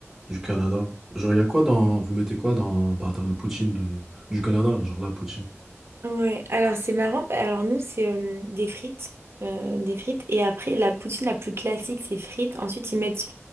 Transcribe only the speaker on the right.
Ouais, alors c'est marrant. bah, Alors nous, c'est euh, des frites. euh, des frites. Et après, la poutine la plus classique, c'est frites. Ensuite, ils mettent